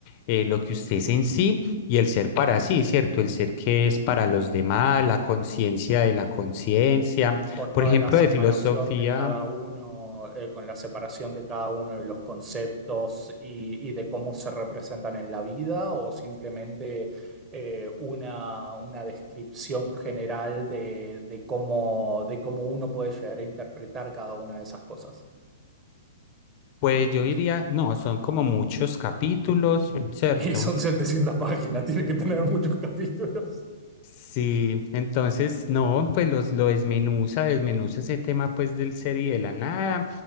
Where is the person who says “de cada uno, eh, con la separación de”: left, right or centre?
Right